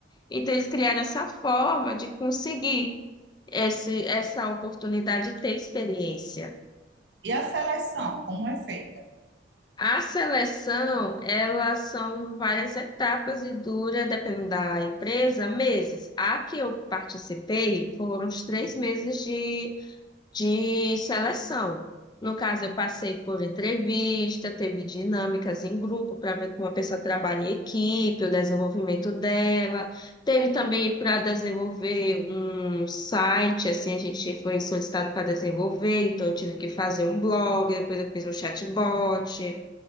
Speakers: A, on the left; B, on the right.
A: Então, eles criaram essa forma de conseguir esse, essa oportunidade de ter experiência.
B: E a seleção, como é feita?
A: A seleção, elas são várias etapas e dura, dependendo da empresa, meses. A que eu participei foram os três meses de, de seleção. No caso, eu passei por entrevista, teve dinâmicas em grupo para ver como a pessoa trabalha em equipe, o desenvolvimento dela. Teve também para desenvolver um site, assim, a gente foi solicitado para desenvolver, então eu tive que fazer um blog, depois eu fiz um chatbot.